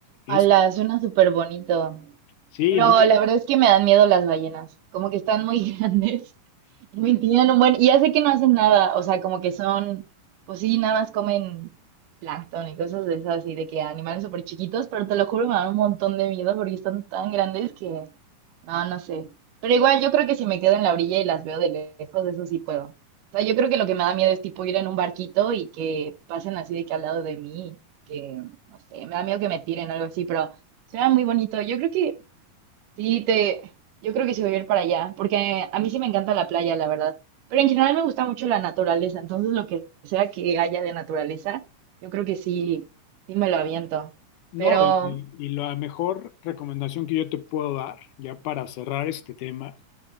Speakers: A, on the left; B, on the right.
A: Es,
B: Ala, suena súper bonito.
A: sí,
B: Pero
A: no,
B: la verdad es que me dan miedo las ballenas. Como que están muy <laughs> grandes. Y me tienen un buen, y ya sé que no hacen nada, o sea, como que son, pues sí, nada más comen plancton y cosas de esas, y de que animales súper chiquitos, pero te lo juro, me dan un montón de miedo porque están tan grandes que, no, no sé. Pero igual yo creo que si me quedo en la orilla y las veo de lejos, eso sí puedo. O sea, yo creo que lo que me da miedo es tipo ir en un barquito y que pasen así de que al lado de mí, que, no sé, me da miedo que me tiren algo así, pero suena muy bonito. Yo creo que Sí, te, yo creo que sí voy a ir para allá, porque a mí sí me encanta la playa, la verdad. Pero en general me gusta mucho la naturaleza, entonces lo que sea que haya de naturaleza, yo creo que sí, sí me lo aviento.
A: no,
B: Pero,
A: y, y la mejor recomendación que yo te puedo dar, ya para cerrar este tema.